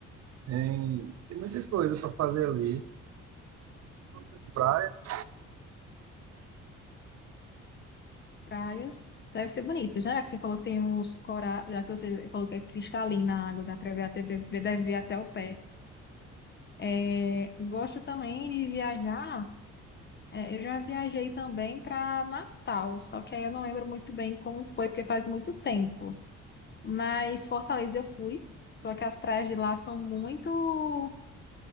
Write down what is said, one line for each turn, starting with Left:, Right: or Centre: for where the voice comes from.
Right: Tem, tem muita coisa para fazer ali. As praias,
Left: Praias deve ser bonitas, né? Já que você falou que tem uns corais. Já que você falou que é cristalina a água, dá pra ver até, deve ver até o pé. É, eu gosto também de viajar É, eu já viajei também para Natal, só que aí eu não lembro muito bem como foi, porque faz muito tempo. Mas Fortaleza eu fui, só que as praias de lá são muito,